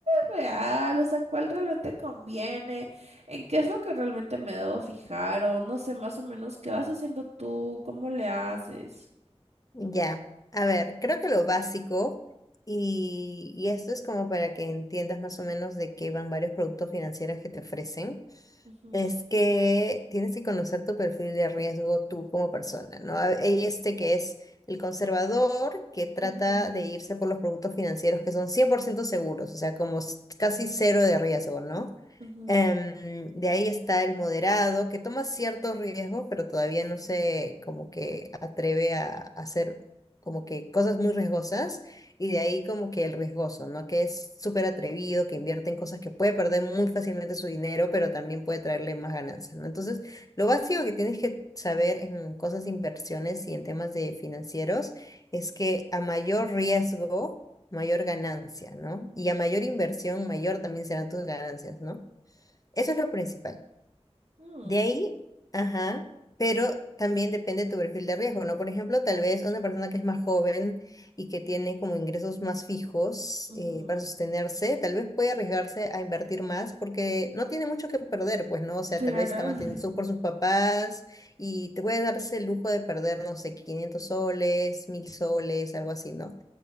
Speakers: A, on the right (about 75°); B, on the left (about 30°).
A: real, o sea, cuál realmente conviene, en qué es lo que realmente me debo fijar o no sé, más o menos qué vas haciendo tú, cómo le haces.
B: Ya, a ver, creo que lo básico, y, y esto es como para que entiendas más o menos de qué van varios productos financieros que te ofrecen,
A: Ujú,
B: es que tienes que conocer tu perfil de riesgo tú como persona, ¿no? A- Hay este que es el conservador, que trata
A: ujú,
B: de irse por los productos financieros que son 100% seguros, o sea, como s- casi cero de riesgo, ¿no?
A: ujú,
B: Em, de ahí está el moderado, que toma ciertos riesgos, pero todavía no se como que atreve a, a hacer como que cosas muy riesgosas. Y de ahí como que el riesgoso, ¿no? Que es súper atrevido, que invierte en cosas que puede perder muy fácilmente su dinero, pero también puede traerle más ganancias, ¿no? Entonces, lo básico que tienes que saber en cosas de inversiones y en temas de financieros es que a mayor riesgo, mayor ganancia, ¿no? Y a mayor inversión, mayor también serán tus ganancias, ¿no? Eso es lo principal.
A: mm,
B: De ahí, ajá, pero también depende de tu perfil de riesgo, ¿no? Por ejemplo, tal vez una persona que es más joven y que tiene como ingresos más fijos
A: ujú.
B: eh, para sostenerse, tal vez puede arriesgarse a invertir más porque no tiene mucho que perder, pues, ¿no? O sea,
A: Claro.
B: tal vez está mantenido
A: <laughs>
B: por sus papás y te puede darse el lujo de perder, no sé, 500 soles, 1000 soles, algo así, ¿no?